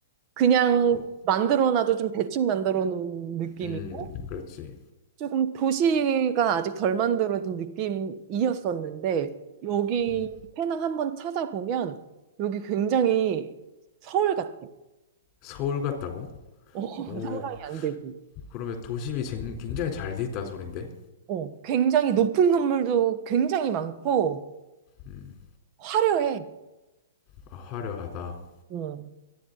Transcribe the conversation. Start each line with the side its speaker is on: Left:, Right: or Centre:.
Right: 그냥
Left: 뭐,
Right: 만들어놔도 좀 대충 만들어 놓은 느낌이고,
Left: 음, 그렇지.
Right: 조금 도시가 아직 덜 만들어진 느낌이었었는데, 여기
Left: 음.
Right: 페낭 한번 찾아보면, 여기 굉장히 서울 같아.
Left: 서울 같다고?
Right: 어, <laughs>
Left: 오,
Right: 상상이 안 되지.
Left: 그러면 도심이 쟁- 굉장히 잘 돼 있다는 소린데?
Right: 어, 굉장히 높은 건물도 굉장히 많고,
Left: 음,
Right: 화려해.
Left: 아, 화려하다.
Right: 어.